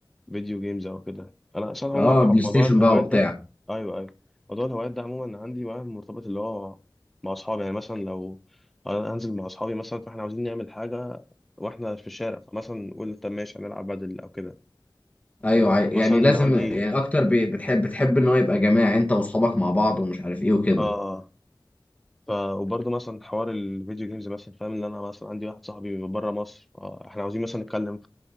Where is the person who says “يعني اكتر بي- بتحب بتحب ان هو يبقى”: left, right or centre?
Left